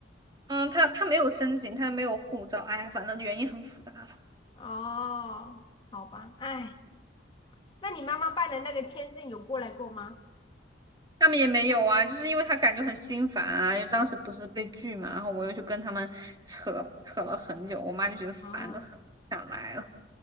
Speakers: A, on the right (about 20°); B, on the left (about 25°).
A: 嗯，他他没有申请，他没有护照，哎，反正原因很复杂了。
B: 哦，好吧，哎，那你妈妈办的那个签证有过来过吗？
A: 他们也没有啊，就是因为他感觉很心烦啊，因为当时不是被拒嘛，然后我又去跟他们扯扯了很久，我妈就觉得烦得很，
B: 哦，
A: 不想来了。